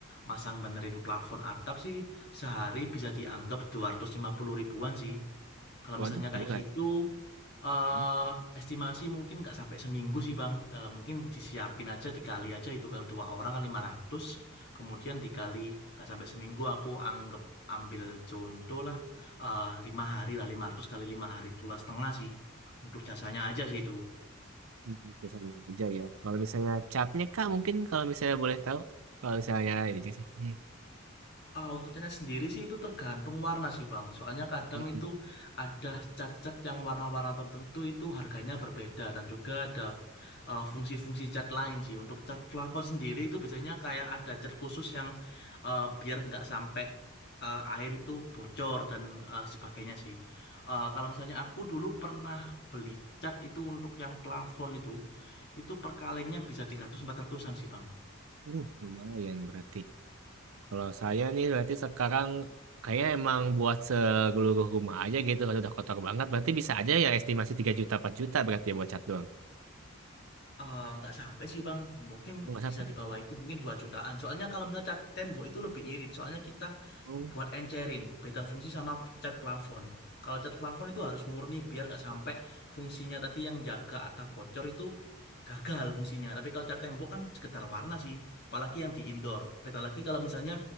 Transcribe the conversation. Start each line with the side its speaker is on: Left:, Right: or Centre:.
Left: masang benerin plafon atap sih sehari bisa dianggap 250 ribuan sih. Kalau
Right: Waduh,
Left: misalnya
Right: murah.
Left: kayak gitu, eh
Right: Hmm,
Left: estimasi mungkin nggak sampai seminggu sih Bang. Eh, mungkin disiapin aja, dikali aja itu kan dua orang kan 500, Kemudian dikali nggak sampai seminggu aku anggap ambil contoh lah eh, lima hari lah 500 kali lima hari dua setengah sih untuk jasanya aja sih itu.
Right: hmm, Biasanya aja ya. Kalau misalnya capnya Kak, mungkin kalau misalnya boleh tahu. Kalau misalnya ini sih. Hmm.
Left: Ah, untuk catnya sendiri sih itu tergantung warna sih Bang. Soalnya kadang
Right: Hmm,
Left: itu ada cat-cat yang warna-warna tertentu itu harganya berbeda dan juga ada eh, fungsi-fungsi cat lain sih. Untuk cat plafon sendiri itu biasanya kayak ada cat khusus yang eh, biar nggak sampai eh, air itu bocor dan eh, sebagainya sih. Eh, kalau misalnya aku dulu pernah beli cat itu untuk yang plafon itu, itu per kalengnya bisa 300-400an sih Bang.
Right: hmm, lumayan berarti. Kalau saya nih berarti sekarang kayaknya emang buat seluruh rumah aja gitu. Kalau udah kotor banget berarti bisa aja ya estimasi 3 juta 4 juta berarti ya buat cat doang.
Left: Ah, nggak sampai sih Bang, mungkin
Right: Oh nggak
Left: bisa
Right: sampai
Left: di
Right: ya?
Left: bawah itu mungkin 2 jutaan. Soalnya kalau misalnya cat tembok itu lebih irit, soalnya kita
Right: Oh.
Left: buat encerin beda fungsi sama cat plafon. Kalau cat plafon itu harus murni biar nggak sampai fungsinya tadi yang jaga atap bocor itu gagal fungsinya. Tapi kalau cat tembok kan sekedar warna sih, apalagi yang di indoor. Beda lagi kalau misalnya